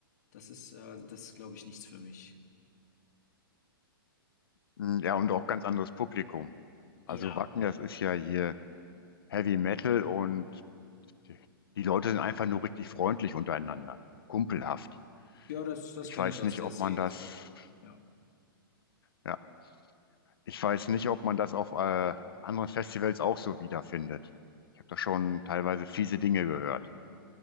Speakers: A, on the left; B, on the left.
A: das ist, äh, das ist, glaube ich, nichts für mich.
B: Mm, Ja, und auch ganz anderes Publikum.
A: Ja,
B: Also Wacken, das ist ja hier Heavy Metal und die die Leute sind einfach nur richtig freundlich untereinander, kumpelhaft.
A: ja, das, das
B: Ich
A: kenne
B: weiß
A: ich aus
B: nicht,
A: der
B: ob
A: Szene
B: man das,
A: so. Ja,
B: ja, Ich weiß nicht, ob man das auf äh, anderen Festivals auch so wiederfindet. Ich habe da schon teilweise fiese Dinge gehört.